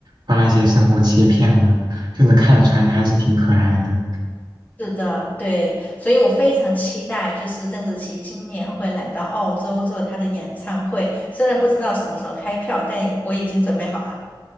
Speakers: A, on the right; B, on the left.
A: 发一些生活切片啊，就能看得出来他还是挺可爱的。
B: 是的，对，所以我非常期待，就是邓紫棋今年会来到澳洲做她的演唱会，虽然不知道什么时候开票，但我已经准备好了。